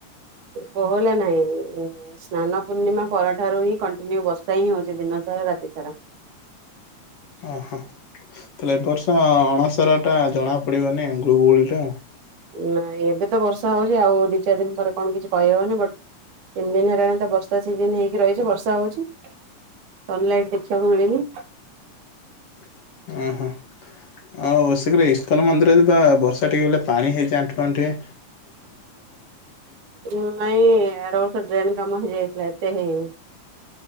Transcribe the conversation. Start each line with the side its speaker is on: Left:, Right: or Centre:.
Right: କୋହୋଲା ନାହିଁ। ସ୍ନାନ ପୂର୍ଣ୍ଣିମା ପରଠାରୁ ହିଁ କଣ୍ଟିନ୍ୟୁ ବର୍ଷା ହିଁ ହଉଛି। ଦିନ ସାରା ରାତି ସାରା।
Left: ଓହୋ ତାହଲେ ଏ ବର୍ଷ ଅଣସର ଟା ଜଣା ପଡିବନି ଗୁଳୁଗୁଳି ଟା।
Right: ନାଇ ଏବେ ତ ବର୍ଷା ହଉଚି ଆଉ ଦି ଚାରି ଦିନ ପରେ କଣ କିଛି କହିହେବନି। ବଟ୍ ତିନି ଦିନ ହେଲାଣି ତ ବର୍ଷା ସିଜନ୍ ହେଇକି ରହିଛି ବର୍ଷା ହଉଛି। ସନଲାଇଟ୍ ଦେଖିବାକୁ ମିଳନି।
Left: ଅଁ, ହଁ। ଆଉ ସେଠିବି ଇସ୍କନ୍ ମନ୍ଦିରରେ ପା ବର୍ଷା ଟିକେ ହେଲେ ପାଣି ହେଇଯାଏ ଆଣ୍ଠୁ ଆଣ୍ଠିଏ।
Right: ଓ ନାଇଁ ଆରବର୍ଷ ଡ୍ରେନ୍ କାମ ହେଇଯାଇଥିଲା ଏତେ ହେଇନି।